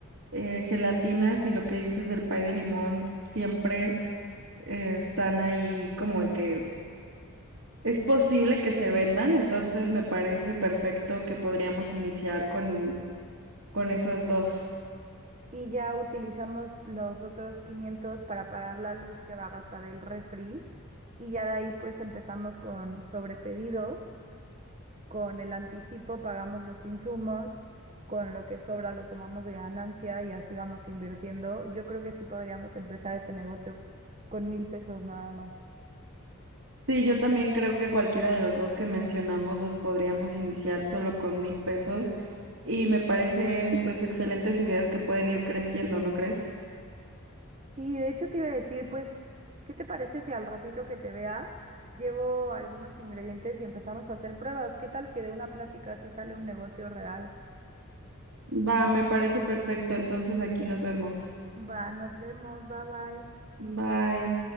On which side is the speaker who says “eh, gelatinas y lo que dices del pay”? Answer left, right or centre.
Right